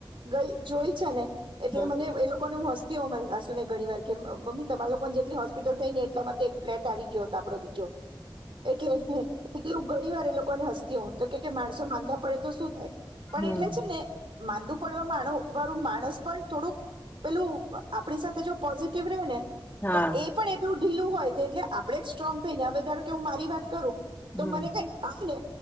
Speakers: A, on the right (about 70°); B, on the left (about 20°).
A: ગઇ જોય છે ને એટલે
B: હમ.
A: મને એ લો કો ને હું હસતી હોં મારી સાસુ ને ઘણી વાર કે મ મમ્મી તમારા લોકોને જેટલી હોસ્પિટલ થઈ ને એટલા મા તો એક ફ્લેટ આવી ગયો હતો આપડો બીજો. એટલે એટલું ઘણી વાર એ લોકોને હસતી હોવ તો કે કે માણસો માંદા પડે તો શું થાય? પણ
B: હમ.
A: એટલે છે ને માંદુ પડવા માનુ વાળું માણસ પણ થોડુંક પેલું આપણી સાથે જો પોઝિટિવ રહે ને
B: હા
A: તો એ પણ એટલું ઢીલું હોય, એટલે આપણેે જ સ્ટ્રોંગ થઈને હવે ધારો કે હું મારી વાત કરું
B: બરાબર
A: તો મને થાયને